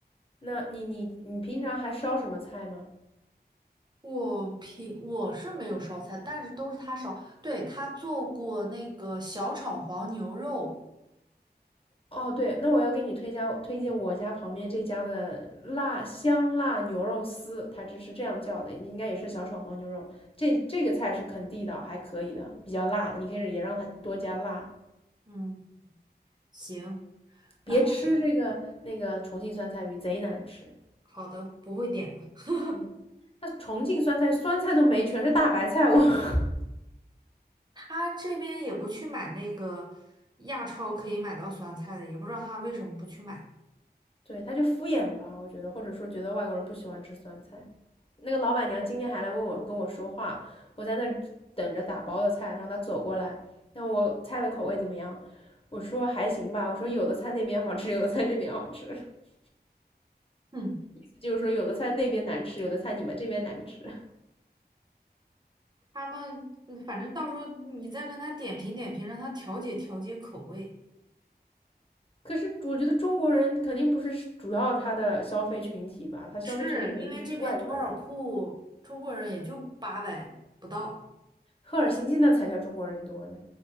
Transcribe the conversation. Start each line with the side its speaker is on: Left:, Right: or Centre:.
Left: 那你你你平常还烧什么菜吗？
Right: 我平我是没有烧菜，但是都是他烧。对，他做过那个小炒黄牛肉，
Left: 哦，对，那我要给你推荐推荐我家旁边这家的辣香辣牛肉丝，它这是这样叫的，应该也是小炒黄牛肉。这这个菜是肯地道，还可以的，比较辣的，你可以也让它多加辣。
Right: 嗯，行，
Left: 别吃这个那个重庆酸菜鱼，
Right: 然后
Left: 贼难吃。
Right: 好的，不会点的。<laughs>
Left: 嗯，那重庆酸菜酸菜都没，全是大白菜，我 <laughs>
Right: 他这边也不去买那个亚超可以买到酸菜的，也不知道他为什么不去买。
Left: 对，他就敷衍吧，我觉得，或者说觉得外国人不喜欢吃酸菜。那个老板娘今天还来问我跟我说话，我在那等着打包的菜，然后她走过来，那我菜的口味怎么样？我说还行吧，我说有的菜那边好吃，有的菜这边好吃，意
Right: 嗯，
Left: 思就是说有的菜那边难吃，有的菜你们这边难吃。
Right: 他们嗯反正到时候你再跟他点评点评，让他调节调节口味。
Left: 可是我觉得中国人肯定不是主要他的消费群体吧，他消费群体肯定是外国人，
Right: 是因为这边图尔库中国人也就八百不到，
Left: 赫尔辛基那才叫中国人多呢。